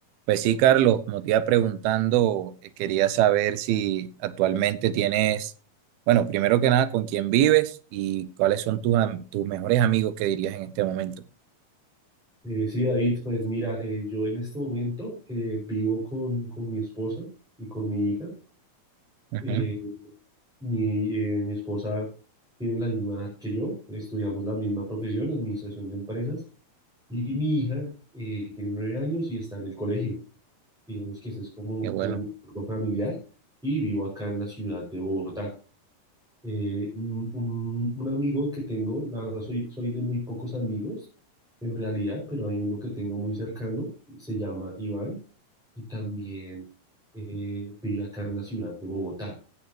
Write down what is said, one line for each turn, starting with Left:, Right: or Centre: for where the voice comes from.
Right: Pues sí, Carlos, como te iba preguntando, eh, quería saber si actualmente tienes, bueno, primero que nada, con quién vives y cuáles son tus, am- tus mejores amigos que dirías en este momento.
Centre: Eh, sí, David, pues mira, eh, yo en este momento eh, vivo con, con mi esposa y con mi hija.
Right: Ujú,
Centre: Eh, mi, eh, mi esposa tiene la misma edad que yo, estudiamos la misma profesión, administración de empresas, y mi hija eh, tiene nueve años y está en el colegio. Digamos que ese es como,
Right: Qué bueno.
Centre: como mi grupo familiar y vivo acá en la ciudad de Bogotá eh, un, un- un amigo que tengo, la verdad soy, soy de muy pocos amigos en realidad, pero hay uno que tengo muy cercano, se llama Iván y también eh, vive acá en la ciudad de Bogotá.